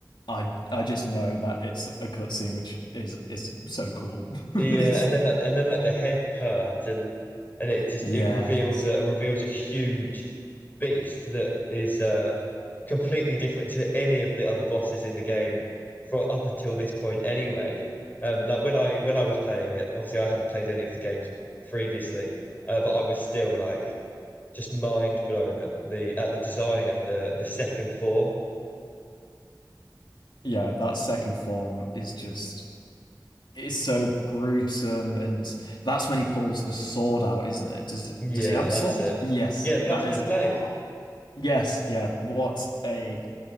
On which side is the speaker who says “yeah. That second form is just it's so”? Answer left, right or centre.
Left